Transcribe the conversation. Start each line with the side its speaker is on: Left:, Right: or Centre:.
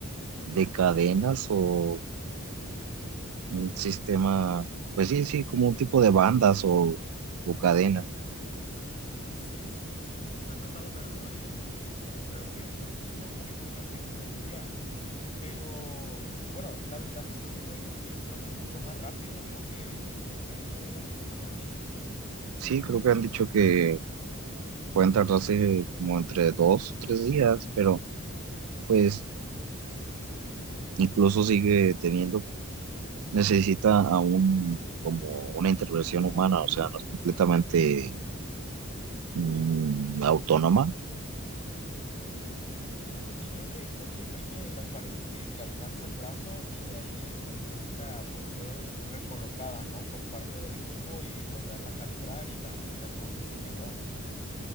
Right: de cadenas o un sistema, pues sí, sí, como un tipo de bandas o, o cadena.
Left: Sí, sí, sí, sí, sí me ha tocado verlo y, y creo que, creo que es una muy buena tecnología, pero bueno, la ventaja es que se puede imprimir, creo que es mucho más rápido, ¿no? Que, que los albañiles.
Right: Sí, creo que han dicho que pueden tardarse como entre dos o tres días, pero pues incluso sigue teniendo necesita aún como una intervención humana, o sea, no es completamente mm, autónoma,
Left: Sí, creo que, creo que imprime las paredes que, que alcanza el brazo y de ahí este, necesita pues ser recolocada, ¿no? Por parte del equipo y volverla a calibrar y para entender dónde se quedó.